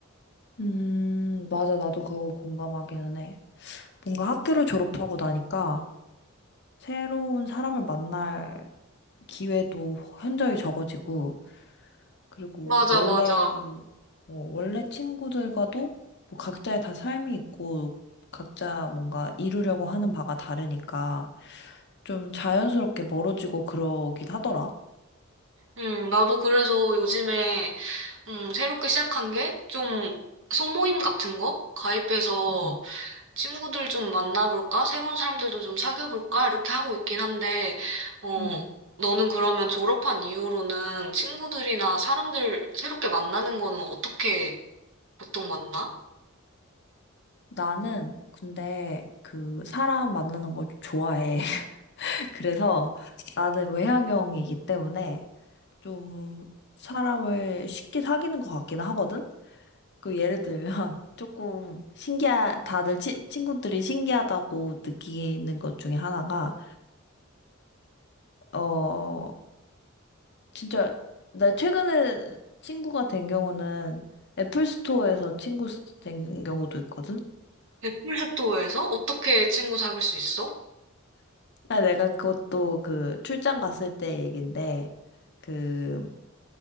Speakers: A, on the left; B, on the right.
A: 음, 맞아. 나도 그거 공감하기는 해. 뭔가 학교를 졸업하고 나니까 새로운 사람을 만날 기회도 현저히 적어지고, 그리고
B: 맞아,
A: 원래,
B: 맞아.
A: 뭐, 원래 친구들과도 뭐 각자의 다 삶이 있고, 각자 뭔가 이루려고 하는 바가 다르니까 좀 자연스럽게 멀어지고 그러긴 하더라.
B: 음, 나도 그래서 요즘에 음, 새롭게 시작한 게 좀 소모임 같은 거 가입해서
A: 음.
B: 친구들 좀 만나볼까? 새로운 사람들도 좀 사귀어볼까? 이렇게 하고 있긴 한데, 어,
A: 음.
B: 너는 그러면 졸업한 이후로는 친구들이나 사람들 새롭게 만나는 거는 어떻게 보통 만나?
A: 나는 근데 그 사람 만나는 걸 좀 좋아해. 그래서 나는 외향형이기 때문에 좀 사람을 쉽게 사귀는 것 같기는 하거든? 그 예를 들면 <laughs> 조금 신기한, 다들 치, 친구들이 신기하다고 느끼는 것 중에 하나가, 어, 진짜, 나 최근에 친구가 된 경우는 애플 스토어에서 친구 수- 된 경우도 있거든?
B: 애플스토어에서 어떻게 친구 사귈 수 있어?
A: 아, 내가 그것도 그 출장 갔을 때 얘긴데, 그